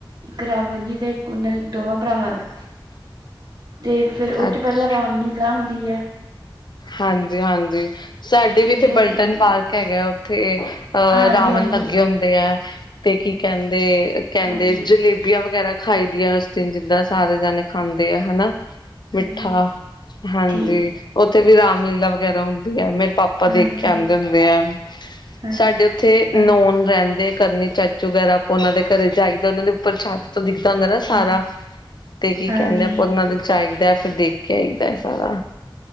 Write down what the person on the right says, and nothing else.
ਇੱਕ ਰਾਵਣ ਜੀ, ਤੇ ਇੱਕ ਉਹਨਾਂ ਦੋਵਾਂ ਭਰਾਵਾਂ ਦਾ। ਤੇ ਫੇਰ, ਉਹ ਤੋਂ
ਪਹਿਲਾਂ ਰਾਮ ਲੀਲਾ ਹੁੰਦੀ ਏ।
ਠੀਕ
ਹੈ
ਫਿਰ-
ਹਾਂਜੀ
ਹਾਂਜੀ
ਹਾਂਜੀ
ਹਾਂਜੀ
ਠੀਕ
ਹਾਂਜੀ
ਹਾਂਜੀ
ਹਾਂਜੀ
ਹਾਂਜੀ
ਹਾਂਜੀ